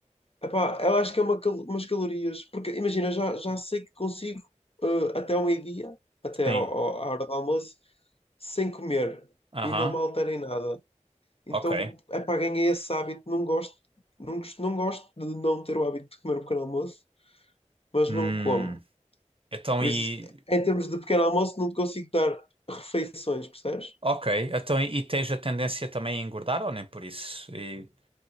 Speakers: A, on the left; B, on the right.
A: Epá, eu acho que é uma cal- umas calorias, porque imagina, eu já, já sei que consigo eh, até ao meio-dia, até
B: sim,
A: ao- ao- à hora do almoço, sem comer
B: aham,
A: e não me altera em nada. Então,
B: ok.
A: epá, ganhei esse hábito, não gosto, não, gosto- não gosto de não ter o hábito de comer o pequeno almoço, mas
B: Hum,
A: não como.
B: então
A: Por
B: e...
A: isso, em termos de pequeno almoço, não te consigo dar refeições, percebes?
B: Ok, então e, e tens a tendência também a engordar ou nem por isso? E-